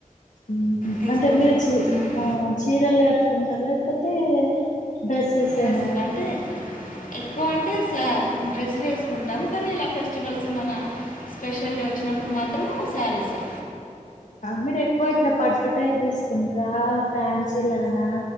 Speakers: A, on the left; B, on the left.
A: మ్ మంచి
B: తీసుకుంటాం.
A: అంటే మీరు చీ
B: హ్మ్.
A: ఆ చీరలు కట్టుుకుంటారులే అయితే బ్రష్ వేసిన
B: డ్రెస్సులు అంటే ఎక్కువ అంటే శా డ్రెస్సులు వేసుకుంటాం కానీ ఇలా ఫెస్టివల్స్ మన స్పెషల్ డే వచ్చినప్పుడు మాత్రము శారీసే
A: మీరు ఎక్కువ ఇట్లా పట్టుటైపు తీసుకుంటార ఫ్యాన్సీ లానా